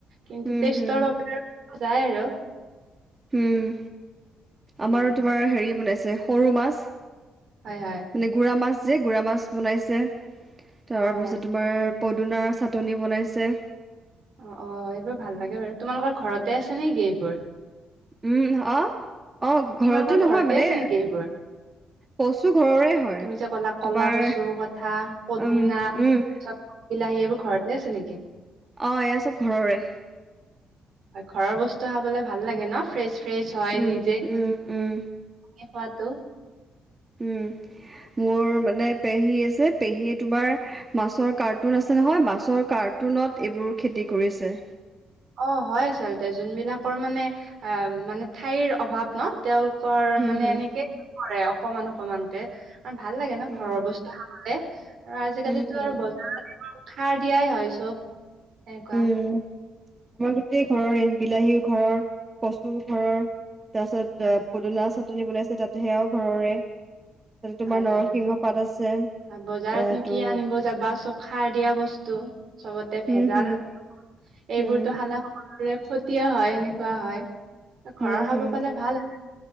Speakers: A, on the right; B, on the right.
A: কিন্তু
B: হুম,
A: টেষ্টৰ
B: হুম,
A: বাবে যাই আৰু।
B: উম,
A: উম,
B: আমাৰো তোমাৰ হেৰি বনাইছে সৰু মাছ।
A: হয় হয়।
B: মানে গুৰা মাছ যে গুৰা মাছ বনাইছে,
A: অ'
B: তাৰপিছত তোমাৰ পদুনাৰ চাটনি বনাইছে।
A: অ অ এইবোৰ ভাল লাগে বাৰু, তোমালোকৰ ঘৰতে আছে নেকি এইবোৰ?
B: উম অঁহ অঁহ ঘৰতে
A: তোমালোকৰ
B: নহয় মানে
A: আছে নেকি এইবোৰ?
B: কচু ঘৰৰে হয়।
A: তুমি যে ক'লা কলা
B: তোমাৰ
A: কচুৰ কথা পদিনা
B: উম,
A: তাৰপিছত
B: উম,
A: বিলাহী এইবোৰ ঘৰতে আছে নেকি?
B: অঁ এয়া চব ঘৰৰে।
A: হয় ঘৰৰ বস্তু খাবলে ভাল লাগে ন, ফ্ৰেছ ফ্ৰেছ হয়
B: উম,
A: নিজে
B: উম, উম।
A: মি খোৱাটো।
B: উম, মোৰ মানে পেহী আছে পেহীয়ে তোমাৰ মাছৰ কাৰ্টুন আছে নহয়, মাছৰ কাৰ্টুনত এইবোৰ খেতি কৰিছে।
A: অঁ হয় আচলতে যোনবিলাকৰ মানে অ মানে ঠাইৰ অভাৱ ন তেওঁলোক কৰ
B: হুম,
A: মানে
B: হুম,
A: এনেকেই কৰে অকমান অকমানকে। ভাল লাগে ন
B: উম,
A: ঘৰৰ বস্তু খাবলে, আৰু আজিকালিতো
B: উম, হুম,
A: আৰু বজাৰ উম তোমাৰ সাৰ দিয়াই হয়, চব সেনেকুৱা।
B: উম, আমাৰ গোটেই ঘৰৰে বিলাহী ঘৰৰ কচু ঘৰৰ তাৰপিছত
A: হয়
B: পদুনা চা টনি বনাইছে তাততে সেইআও ঘৰৰে। তাতে তোমাৰ
A: হয়
B: নৰসিংহ
A: হয়
B: পাত আছে,
A: আৰু বজাৰতনো
B: এটো
A: কি আনিব যাবা চব সাৰ দিয়া বস্তু চবতে
B: হম,
A: ভেজাল
B: হম,
A: এইবোৰতো
B: হম,
A: খালে খতিয় হয় এনেকুৱা হয, ঘৰৰ
B: হম,
A: খাব
B: হম,
A: পালে ভাল